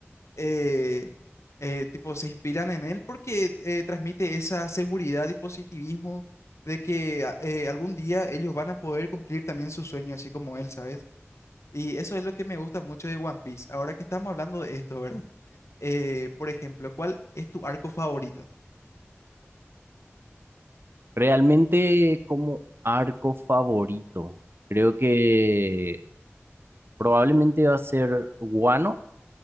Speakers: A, on the left; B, on the right.
A: eh, eh, tipo, se inspiran en él porque eh, transmite esa seguridad y positivismo de que a- eh, algún día ellos van a poder cumplir también su sueño, así como él, ¿sabes? Y eso es lo que me gusta mucho de One Piece. Ahora que estamos hablando de esto, ¿verdad? Eh, por ejemplo, ¿cuál es tu arco favorito?
B: Realmente como arco favorito, creo que probablemente va a ser Guano,